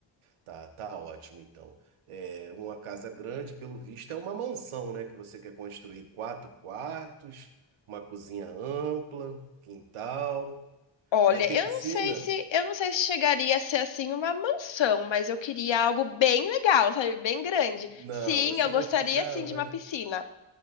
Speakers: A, on the right (about 85°); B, on the left (about 65°).
A: Tá, tá ótimo, então. É, uma casa grande, pelo visto, é uma mansão, né? Que você quer construir quatro quartos, uma cozinha ampla, quintal.
B: Olha,
A: Vai ter
B: eu
A: piscina?
B: não sei se eu não sei se chegaria a ser assim uma mansão, mas eu queria algo bem legal, sabe? Bem grande.
A: Não,
B: Sim,
A: você
B: eu
A: vai
B: gostaria
A: ficar.
B: sim de
A: vai-
B: uma piscina.